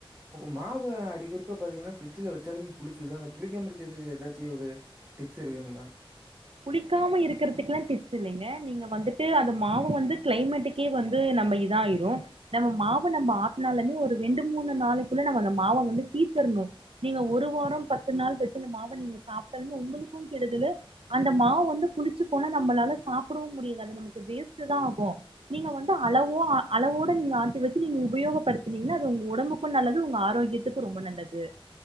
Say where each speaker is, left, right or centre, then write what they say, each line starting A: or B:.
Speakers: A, on the right; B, on the right.
A: மாவு அடிக்கொருக்க பாத்தீங்கன்னா ஃப்ரிட்ஜல வச்சாலுமே புளிச்சுது அந்த புளிக்காம இருக்குறதுக்கு ஏதாச்சும் ஒரு டிப்ஸ் இருக்குங்களா
B: புளிக்காம இருக்கிறதுக்குலாம் டிப்ஸ் இல்லைங்க நீங்க வந்துட்டு அந்த மாவை வந்து கிளைமேட்டுக்கே வந்து நம்ம இத ஆயிரும் நம்ம மாவை நம்ம ஆட்டினாலுமே ஒரு ரெண்டு மூணு நாளைக்குள்ள நம்ம அந்த மாவை வந்து தீத் தரனும் நீங்க ஒரு வாரம் பத்து நாள் வச்சு இந்த மாவ நீங்க சாப்டாலும் உங்களுக்கு கெடுதலு அந்த மாவு வந்து புளிச்சு போனா நம்மளால சாப்பிடவும் முடியாது அது நமக்கு வேஸ்டு தான் ஆகும் நீங்க வந்து அளவோ அளவோட நீங்க ஆட்டி வச்சு நீங்க உபயோகப்படுத்துனீங்கன்னா அது உங்க உடம்புக்கும் நல்லது உங்க ஆரோக்கியத்துக்கும் ரொம்ப நல்லது